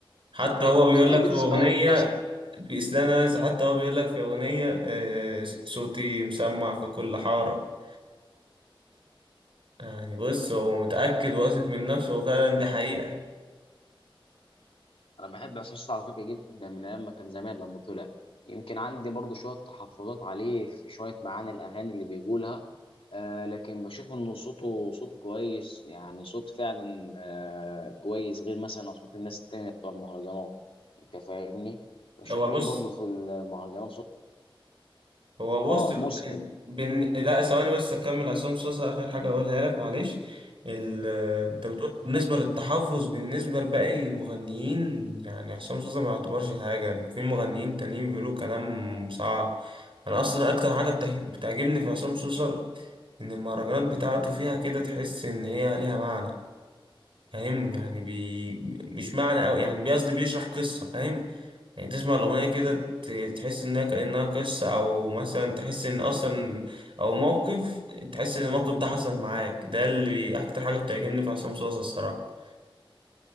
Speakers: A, on the right; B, on the left.
A: حتى
B: طب
A: هو
B: بتحب
A: بيقول لك في
B: تسمع
A: اغنيه
B: ايه اصلا
A: بيسلانا حتى هو بيقول لك في اغنيه آه، صوتي مسمع في كل حاره يعني بص هو متاكد واثق من نفسه وفعلا دي حقيقه
B: انا بحب عصام صاصا على فكره جدا من ايام ما كان زمان لما طلع يمكن عندي برضو شويه تحفظات عليه في شويه معاني الاغاني اللي بيقولها آه لكن بشوف انه صوته صوت كويس يعني صوت فعلا آه كويس غير مثلا اصوات الناس التانية بتوع المهرجانات انت فاهمني بشوف
A: هو
B: مين
A: بص
B: برضو في المهرجانات صوت
A: هو
B: اه
A: بص ال-
B: مسلم
A: ال- بن... لا ثواني بس اكمل عصام صاصا اخر حاجه اقولها لك معلش ال... انت بتقول بالنسبه للتحفظ بالنسبه لباقي المغنيين يعني عصام صاصا ما يعتبرش حاجه في مغنيين تانيين بيقولوا كلام صعب انا اصلا اكتر حاجه بتع... بتعجبني في عصام صاصا ان المهرجانات بتاعته فيها كده تحس ان هي ليها معنى فاهم يعني بي مش معنى أوي يعني بيقصد بيشرح قصة فاهم يعني تسمع الأغنية كده ت- تحس إنها كأنها قصة أو مثلا تحس إن أصلا أو موقف تحس إن الموقف ده حصل معاك ده اللي أكتر حاجة بتعجبني في عصام صوصة الصراحة